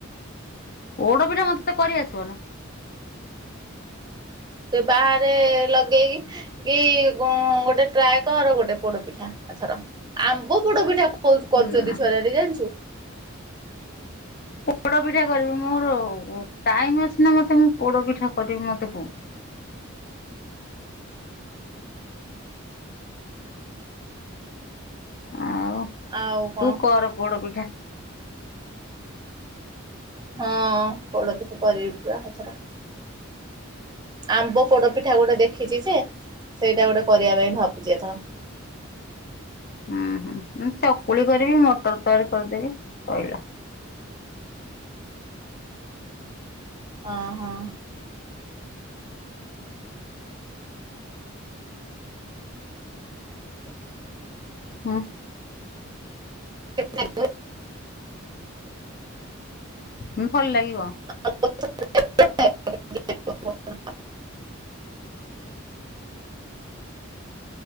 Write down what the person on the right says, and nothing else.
ସେ ବାହାରେ ଲଗେଇକି କି କଣଗୋଟେ ଟ୍ରାଏ କର ଗୋଟେ ପୋଡ଼ପିଠା ଏଥର ଆମ୍ବ ପୋଡପିଠା କର। ବହୁତ କରୁଚନ୍ତି
ଛୁଆମାନେ ଜାଣଚୁ।
ଆଉ କଣ
କହ
ହଁ ପୋଡ଼ପିଠା କରିବି ପା ଏଥର। ଆମ୍ବ ପୋଡ଼ପିଠା ଗୋଟେ ଦେଖିଚି ଯେ ସେଇଟା ଗୋଟେ କରିବା ପାଇଁ ଭାବୁଚି ଏଥର।
ଅହଁ।
<unintelligible>
<unintelligible>